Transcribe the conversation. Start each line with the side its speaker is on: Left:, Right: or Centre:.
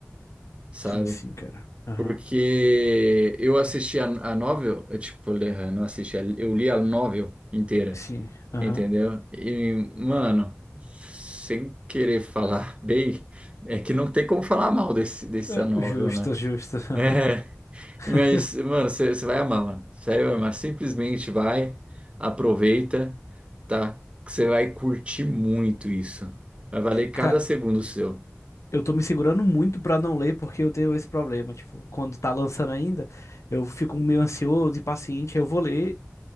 Right: sabe?
Left: Sim, sim, cara. Aham.
Right: Porque eu assisti a, a novel, eu, tipo, le- eh, não assisti, eu li a novel inteira,
Left: Sim, aham.
Right: entendeu? E, mano, sem querer falar <laughs> bem, é que não tem como falar mal desse, dessa
Left: Ah,
Right: novel,
Left: Justo,
Right: né?
Left: justo. Aham.
Right: É,
Left: <laughs>
Right: mas, mano, você vai amar, mano. Você vai amar. Simplesmente vai, aproveita, tá? Que você vai curtir muito isso. Vai valer cada
Left: Cara,
Right: segundo seu.
Left: eu tô me segurando muito pra não ler porque eu tenho esse problema. Tipo, quando tá lançando ainda, eu fico meio ansioso, impaciente, eu vou ler